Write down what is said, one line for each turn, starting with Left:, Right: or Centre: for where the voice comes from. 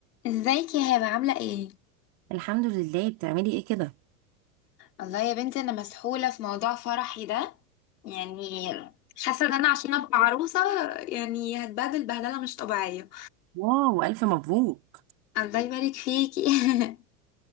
Left: ازيك يا هبه عامله ايه
Right: الحمد لله بتعملي ايه كده
Left: الله يا بنتي انا مسحوله في موضوع فرحي ده يعني حاسه ان انا عشان ابقى عروسه يعني هتبهدل بهدله مش طبيعيه
Right: واو الف مبروك
Left: الله يبارك فيكي <laughs>